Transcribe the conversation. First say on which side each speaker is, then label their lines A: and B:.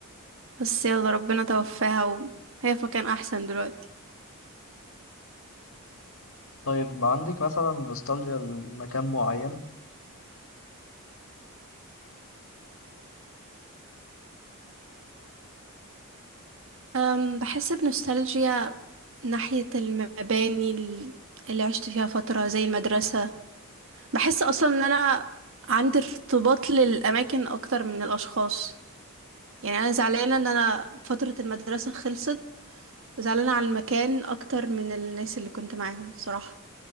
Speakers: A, on the right (about 60°); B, on the left (about 65°).
A: بس يلا ربنا توفاها وهي في مكان أحسن دلوقتي
B: طيب ما عندك مثلا نوستالجيا لمكان معين
A: أم بحس بنوستالجيا ناحية المباني ال- اللي عشت فيها فترة زي المدرسة بحس أصلا إن أنا عندي ارتباط للأماكن أكتر من الأشخاص يعني أنا زعلانة إن أنا فترة المدرسة خلصت وزعلانة على المكان أكتر من الناس اللي كنت معاهم صراحة